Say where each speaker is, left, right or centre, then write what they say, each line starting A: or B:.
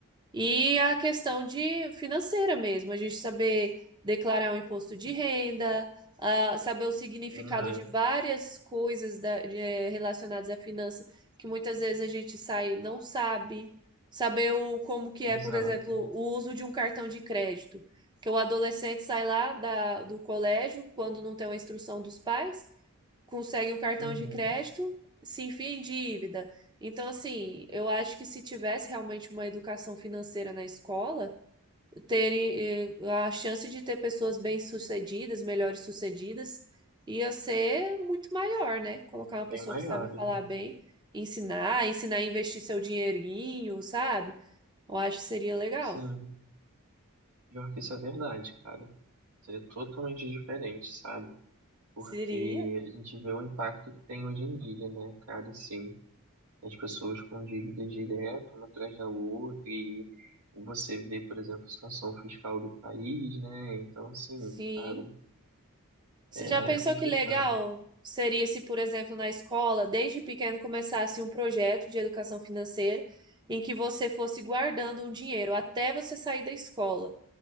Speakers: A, on the right; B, on the right.
A: E a questão de financeira mesmo, a gente saber declarar o imposto de renda, ah, saber o significado
B: Hum,
A: de várias coisas da- de- eh, relacionadas à finança, que muitas vezes a gente sai não sabe, saber o, como que
B: É,
A: é,
B: exato.
A: por exemplo, o uso de um cartão de crédito, que o adolescente sai lá da, do colégio quando não tem uma instrução dos pais consegue um cartão
B: Uhum.
A: de crédito, se enfia em dívida. Então, assim, eu acho que se tivesse realmente uma educação financeira na escola, ter eh, a chance de ter pessoas bem-sucedidas, melhores-sucedidas, ia ser muito maior, né? Colocar uma
B: Bem
A: pessoa
B: maiores,
A: que sabe falar
B: né?
A: bem, ensinar, ensinar a investir seu dinheirinho, sabe? Eu acho que seria legal.
B: Sim, pior que isso é verdade, cara. Seria totalmente diferente, sabe? Porque
A: Seria.
B: a gente vê o impacto que tem hoje em dia, né, cara? Sim, as pessoas com dívidas direto, uma atrás da outra, e você vê, por exemplo, a situação fiscal do país, né? Então, assim,
A: Sim.
B: cara,
A: Você
B: É
A: já pensou
B: complicado.
A: que legal seria se, por exemplo, na escola, desde pequeno começasse um projeto de educação financeira em que você fosse guardando um dinheiro até você sair da escola.